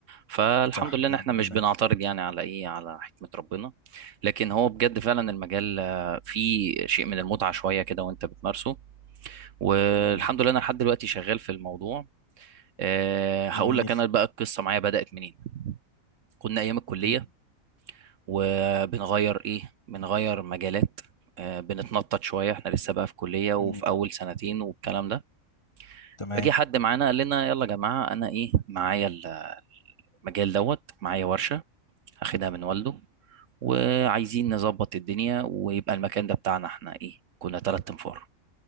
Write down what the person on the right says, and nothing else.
فالحمد
لله
ان احنا
مش بنعترض يعني على ايه على حكمة ربنا لكن هو بجد فعلا المجال آه، فيه شيء من المتعة شوية كده وانت بتمارسه والحمد
لله انا لحد دلوقتي شغال في الموضوع آه، هقول
لك انا بقى القصة معايا بدأت منين كنا ايام الكلية
وبنغير ايه بنغير مجالات آه، بنتنطط شويه احنا لسه بقى في كليه وفي
اول سنتين والكلام ده
فجي حد معانا قال لنا يلا يا جماعه انا ايه معايا ال- المجال دوت معايا ورشه اخدها من والده وعايزين نظبط الدنيا ويبقى المكان ده بتاعنا احنا ايه كنا تلات انفار